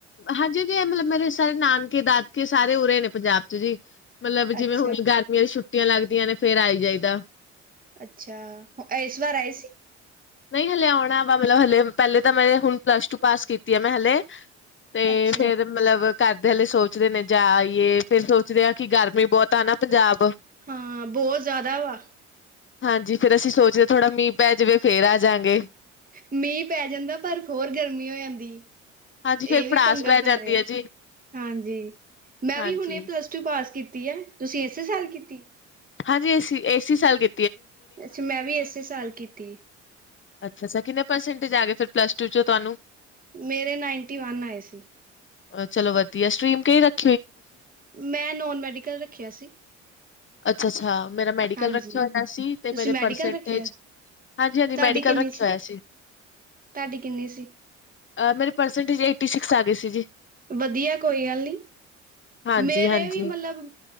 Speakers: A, on the left (about 30°); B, on the right (about 20°).
A: ਹਾਂਜੀ ਜੀ, ਇਹ ਮਤਲਬ ਮੇਰੇ ਸਾਰੇ ਨਾਨਕੇ ਦਾਦਕੇ ਸਾਰੇ ਉਰੇ ਨੇ ਪੰਜਾਬ ਚ ਜੀ। ਮਤਲਬ
B: ਅੱਛਾ
A: ਜਿਵੇਂ ਹੁਣ ਗਰਮੀਆਂ ਦੀ ਛੁੱਟੀਆਂ ਲੱਗਦੀਆਂ ਨੇ ਫਿਰ ਆਈ ਜਾਈਦਾ।
B: ਅੱਛਾ, ਇਸ ਵਾਰ ਆਏ ਸੀ।
A: ਨਹੀਂ ਹਲੇ ਆਉਣਾ ਵਾ ਮਤਲਬ ਹਲੇ, ਪਹਿਲੇ ਤਾਂ ਮੈਂ ਹੁਣ ਪਲਸ ਟੂ ਪਾਸ ਕੀਤੀ ਆ ਮੈਂ ਹਲੇ ਤੇ
B: ਅੱਛਾ।
A: ਫਿਰ ਮਤਲਬ ਘਰਦੇ ਹਲੇ ਸੋਚਦੇ ਨੇ ਜਾ ਆਈਏ ਫਿਰ ਸੋਚਦੇ ਹਾਂ ਕਿ ਗਰਮੀ ਬਹੁਤ ਆ ਨਾ ਪੰਜਾਬ
B: ਹਾਂ ਬਹੁਤ ਜ਼ਿਆਦਾ ਵਾ
A: ਹਾਂਜੀ ਫਿਰ ਅਸੀਂ ਸੋਚਦੇ ਥੋੜਾ ਮੀਂਹ ਪੈ ਜਾਵੇ ਫੇਰ ਆ ਜਾਂਗੇ।
B: ਮੀਂਹ ਪੈ ਜਾਂਦਾ, ਪਰ ਹੋਰ ਗਰਮੀ ਹੋ ਜਾਂਦੀ।
A: ਹਾਂਜੀ
B: ਇਹ
A: ਫੇਰ
B: ਵੀ
A: ਪੜਾਸ
B: ਪੰਗਾ
A: ਜਾਂਦੀ
B: ਪੈ ਰਹੇ,
A: ਹੈ ਜੀ
B: ਹਾਂਜੀ-ਮੈਂ
A: ਹਾਂਜੀ।
B: ਵੀ ਹੁਣੇ ਪਲਸ ਟੂ ਪਾਸ ਕੀਤੀ ਕੀਤੀ ਹੈ, ਤੁਸੀਂ ਇਸੇ ਸਾਲ ਕੀਤੀ।
A: ਹਾਂਜੀ ਏਸੀ, ਏਸੀ ਸਾਲ ਕੀ
B: ਅੱਛਾ ਮੈਂ ਵੀ ਇਸੇ ਸਾਲ ਕੀਤੀ।
A: ਅੱਛਾ ਕਿੰਨੇ ਪਰਸੈਂਟੇਜ ਆ ਗਏ ਪਲੱਸ ਟੂ ਚੋਂ ਤੁਹਾਨੂੰ।
B: ਮੇਰੇ ਨਾਈਨਟੀ ਵਨ ਆਏ ਸੀ।
A: ਚਲੋ ਵਧੀਆ ਸਟਰੀਮ ਕਈ ਰੱਖ
B: ਮੈਂ ਨੋਨ ਮੈਡੀਕਲ ਰੱਖਿਆ ਸੀ।
A: ਅੱਛਾ, ਅੱਛਾ ਮੇਰਾ ਮੈਡੀਕਲ
B: ਹਾਂਜੀ
A: ਰੱਖਿਆ ਹੋਇਆ ਸੀ। ਤੇ
B: ਤੁਸੀਂ
A: ਮੇਰੀ
B: ਮੈਡੀਕਲ
A: ਪਰਸੈਂਟੇਜ
B: ਰੱਖਿਆ।
A: ਹਾਂਜੀ, ਹਾਂਜੀ
B: ਤੁਹਾਡੀ
A: ਮੈਡਿ
B: ਕਿੰਨੀ
A: ਕਲ ਰੱਖਿਆ ਹੋਇਆ ਸੀ।
B: ਤੁਹਾਡੀ ਕਿੰਨੀ ਸੀ
A: ਅ ਮੇਰੀ ਪਰਸੈਂਟਜ ਏਟੀ ਸਿਕਸ ਆ ਗਏ ਸੀ ਜੀ।
B: ਵਧੀਆ ਕੋਈ ਗੱਲ ਨੀ।
A: ਹਾਂਜੀ
B: ਮੇਰੇ
A: ਹਾਂਜੀ
B: ਵੀ ਮਤਲਬ